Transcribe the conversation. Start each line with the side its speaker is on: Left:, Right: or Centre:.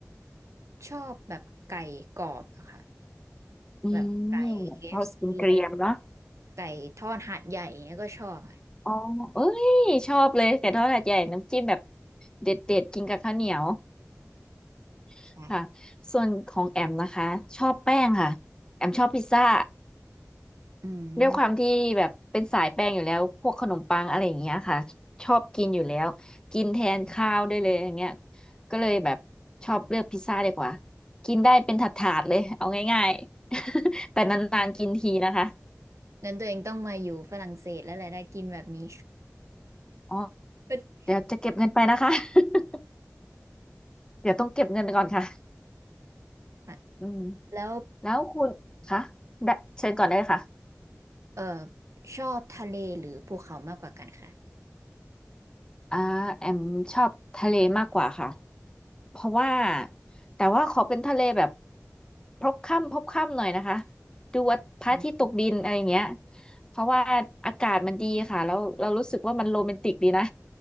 Right: ชอบแบบไก่กรอบอะค่ะ
Left: อืมแบบทอดกินเกรียมๆเนาะ
Right: แบบไก่ KFC อฟซีอะไรไก่ทอดหาดใหญ่เนี่ยก็ชอบอะ
Left: อ๋อเอ้ยชอบเลยไก่ทอดหาดใหญ่น้ำจิ้มแบบเด็ดๆกินกับข้าวเหนียว
Right: ใช่
Left: <laughs> ค่ะส่วนของแอมนะคะชอบแป้งค่ะแอมชอบพิซซ่า
Right: อืม
Left: ด้วยความที่แบบเป็นสายแป้งอยู่แล้วพวกขนมปังอะไรอย่างเงี้ยค่ะชอบกินอยู่แล้วกินแทนข้าวได้เลยอย่างเงี้ยก็เลยแบบชอบเลือกพิซซ่าดีกว่ากินได้เป็นถาดๆเลยเอาง่ายๆ <laughs> แต่นานๆกินทีนะคะ
Right: งั้นตัวเองต้องมาอยู่ฝรั่งเศสแล้วแหละได้กินแบบนี้
Left: อ๋อ
Right: <laughs>
Left: เดี๋ยวจะเก็บเงินไปนะคะ <laughs> เดี๋ยวต้องเก็บเงินไปก่อนค่ะ
Right: อ่ะ
Left: อืม
Right: แล้ว
Left: แล้วคุณคะได้เชิญก่อนได้เลยค่ะ
Right: เออชอบทะเลหรือภูเขามากกว่ากันค่ะ
Left: อ่าแอมชอบทะเลมากกว่าค่ะเพราะว่าแต่ว่าขอเป็นทะเลแบบพบค่ำพบค่ำหน่อยนะคะดูว่าพระอาทิตย์ตกดินอะไรอย่างเงี้ย
Right: อืม
Left: เพราะว่าอากาศมันดีค่ะแล้วเรารู้สึกว่ามันโรแมนติกดีนะ